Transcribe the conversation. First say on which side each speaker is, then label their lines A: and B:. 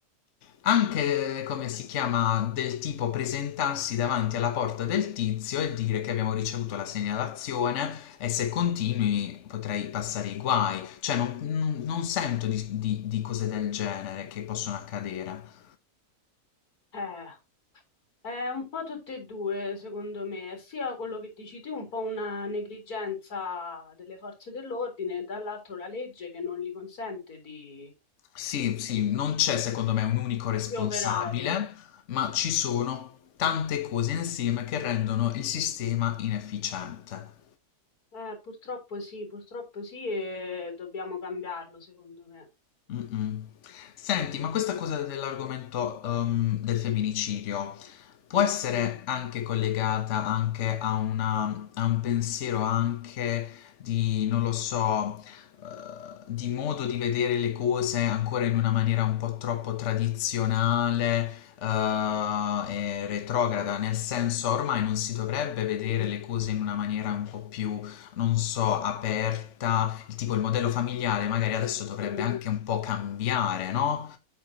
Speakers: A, on the left; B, on the left.
A: anche come si chiama del tipo presentarsi davanti alla porta del tizio e dire che abbiamo ricevuto la segnalazione e se continui potrei passare i guai, cioè non, non- non sento di, di- di cose del genere che possono accadere.
B: eh, è un po' tutte e due, secondo me, sia quello che dici tu, un po' una negligenza delle forze dell'ordine, e dall'altro la legge che non gli consente di
A: Sì, sì, non c'è secondo me un unico responsabile,
B: di operare.
A: ma ci sono tante cose insieme che rendono il sistema inefficiente.
B: Eh, purtroppo sì, purtroppo sì, e dobbiamo cambiarlo, secondo me.
A: Mm-mm. Senti, ma questa cosa dell'argomento ehm, del femminicidio può essere
B: Mm.
A: anche collegata anche a, una- a un pensiero anche di, non lo so, eh, di modo di vedere le cose ancora in una maniera un po' troppo tradizionale, eh, e retrograda, nel senso ormai non si dovrebbe vedere
B: mm,
A: le cose in una maniera un po' più non so, aperta, il tipo il modello familiare magari adesso dovrebbe
B: mm.
A: anche un po' cambiare, no?